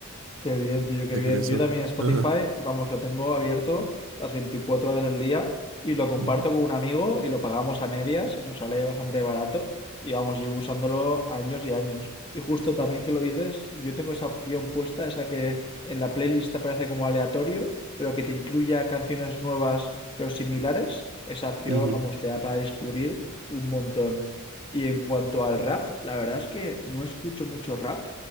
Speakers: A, on the left (about 25°); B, on the right (about 65°).
A: Qué bien, tío, qué
B: Qué
A: bien.
B: curioso.
A: Yo también Spotify,
B: Ajá.
A: vamos, lo tengo abierto las 24 horas del día y lo comparto
B: Ujú,
A: con un amigo y lo pagamos a medias y nos sale bastante barato y vamos, llevo usándolo años y años. Y justo también que lo dices, yo tengo esa opción puesta, esa que en la playlist aparece como aleatorio, pero que te incluya canciones nuevas pero similares. Esa opción,
B: ujú,
A: vamos, te da para descubrir un montón. Y en cuanto al rap, la verdad es que no escucho mucho rap.